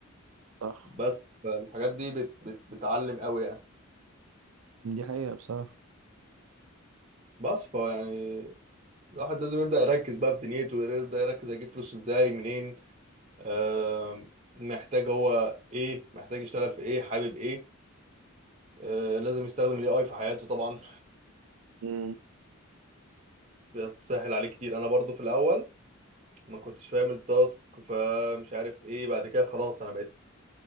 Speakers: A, on the right; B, on the right.
A: صح
B: بس فالحاجات دي بت بت بتعلم قوي يعني
A: دي حقيقة بصراحة
B: بس فهو يعني الواحد لازم يبدأ يركز بقى في دنيته يبدأ يركز هيجيب فلوس ازاي منين آم، محتاج هو ايه محتاج يشتغل في ايه حابب ايه آه، لازم يستخدم الاي اي في حياته طبعا
A: امم
B: بتسهل عليه كتير انا برضو في الاول ما كنتش فاهم التاسك فمش عارف ايه بعد كده خلاص انا بقيت